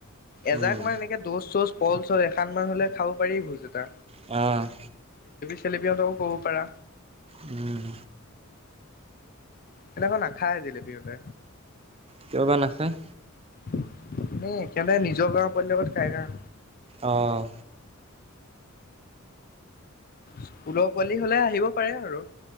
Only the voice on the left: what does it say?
এজাক
মান এনেকে দচ চচ পল চল এখান মান হলে খাব পাৰি ভোজ এটা।
খলেপিহঁতকো ক'ব পাৰা।
সিহটে নাখায় জিলেপি হতে।
এ, কেনে নিজৰ গাওঁৰ পোৱালী লগত কাজিয়া
স্কুলৰ পোৱালি হলে আহিব পাৰে আৰু।